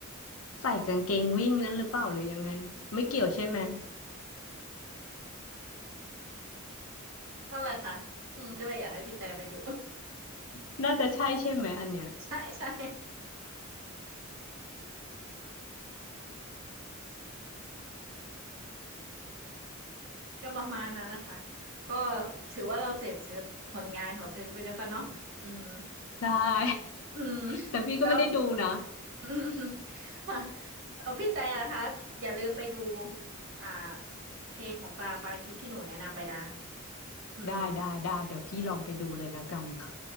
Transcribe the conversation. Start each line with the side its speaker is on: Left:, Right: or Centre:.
Left: ใส่กางเกงวิ่งนั่นหรือเปล่าหรือยังไงไม่เกี่ยวใช่ไหม
Right: นั่นแหละค่ะอืมก็เลยอยากให้พี่แต่ไปดู
Left: <laughs> น่าจะใช่ใช่ไหมอันเนี้ย
Right: <laughs> ใช่ใช่ก็ประมาณนั้นแหละค่ะก็ถือว่าเราเสพศิลปผลงานของศิลปินแล้วกันเนาะอืม
Left: ได้
Right: อืม
Left: <laughs> แต่พี่ก็ไม่ได้ดูนะ
Right: แล้ว <laughs> อืมค่ะเอาพี่แต่นะคะอย่าลืมไปดูอ่าเพลงของปรางบางทิพย์ที่หนูแนะนำไปนะอืม
Left: ได้ได้ได้เดี๋ยวพี่ลองไปดูเลยแล้วกันค่ะ